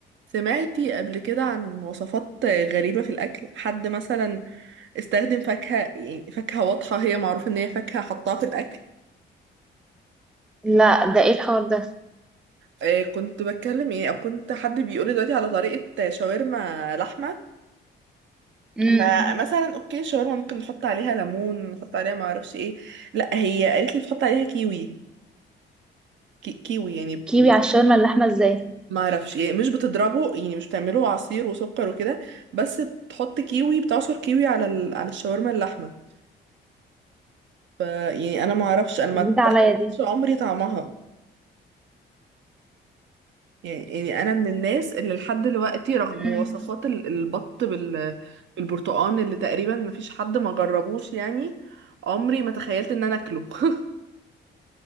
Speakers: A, on the right (about 70°); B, in the centre.
A: سمعتي قبل كده عن وصفات غريبة في الأكل حد مثلا استخدم فاكهة يعني فاكهة واضحة هي معروف إن هي فاكهة حطها في الأكل
B: لا ده ايه الحوار ده
A: آه، كنت بتكلم يعني أو كنت حد بيقولي دلوقتي على طريقة شاورما لحمة
B: امم
A: فمثلا أوكي الشاورما ممكن نحط عليها ليمون نحط عليها معرفش إيه لأ هي قالت لي تحط عليها كيوي كي كيوي يعني
B: كيوي
A: مش-
B: على الشاورما اللحمه ازاي
A: معرفش يعني مش بتضربه يعني مش بتعمله عصير وسكر وكده بس بتحط كيوي بتعصر كيوي على ال... على الشاورما اللحمة ف يعني انا ما اعرفش انا ما
B: جديده
A: اتخيلش
B: عليا دي
A: عمري طعمها يعني يعني انا من الناس اللي لحد دلوقتي رغم
B: امم
A: وصفات ال- البط بال- بالبرتقال اللي تقريبا ما فيش حد ما جربوش يعني عمري ما تخيلت ان انا اكله <laughs>